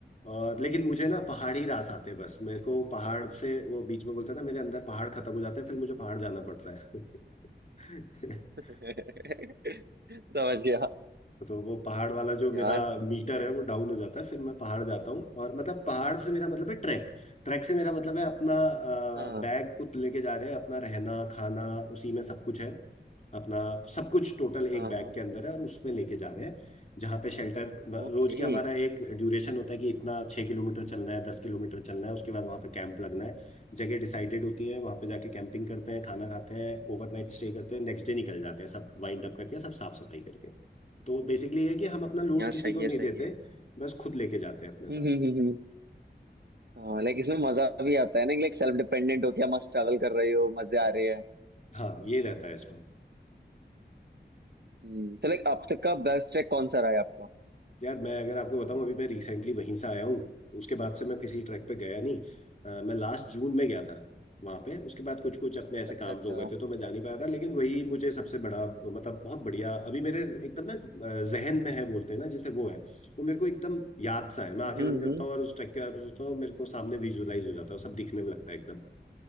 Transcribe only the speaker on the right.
<laughs> समझ गया
यार okay,
okay.
हाँ
हाँ
हाँ
ओके
यार
सही
है
सही
है
हम्म हम्म हम्म हम्म। हाँ लाइक इसमें मजा भी आता है ना लाइक सेल्फ डिपेंडेंट हो क्या मस्त ट्रैवल कर रहे हो मजे आ रहे हैं
हम्म, तो लाइक अब तक का बेस्ट ट्रैक कौन सा रहा है आपका
अच्छा
अच्छा
हम्म
हम्म
हम्म।